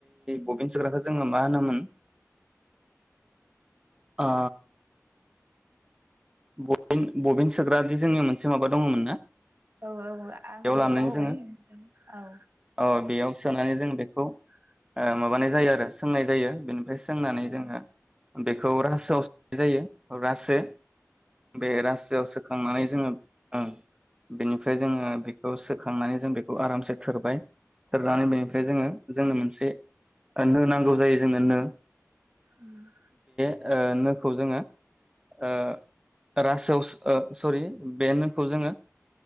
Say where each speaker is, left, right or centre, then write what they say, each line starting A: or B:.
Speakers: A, on the right; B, on the right.
A: बबिनसोग्राखौ जोङो मा होनोमोन ओ बबिन बबिन सोग्रादि जोंङो मोनसे माबा दङमोन ना।
B: औ औ आंबो
A: बेयाव लानानै
B: बावबाय
A: जोङो
B: नोंथां औ
A: अ बेयाव सोनानै जों बेखौ ओ माबानाय जायो आरो सोंनाय जायो बे फ्राय सोंनानै
B: औ
A: जोङो बेखौ रासोआव स नाय जायो रासो। बे रासोआव सोखांनानै जोङो। ओं बेनिफ्राय जोङो बेखौ सोखांनानै जों बेखौ आरामसे थोरबाय थोरनानै बेनिफ्राय जोङो जोंनो मोनसे नो नांगौ जायो। जोंनो नो
B: उम
A: ए नोखौ जोङो ओ रासोआव स सरि बे नोखौ जोङो